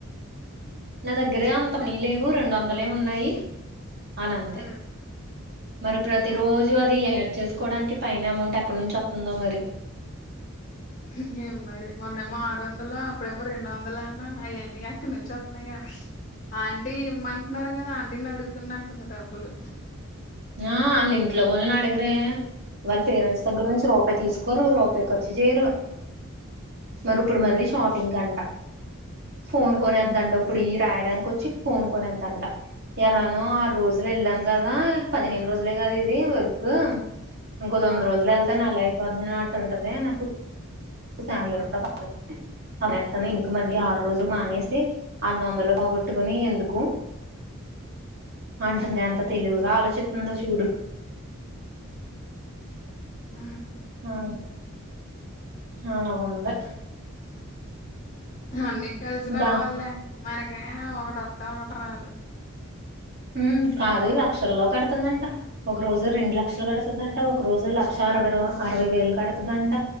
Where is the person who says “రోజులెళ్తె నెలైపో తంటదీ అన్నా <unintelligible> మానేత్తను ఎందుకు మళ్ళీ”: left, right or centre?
Right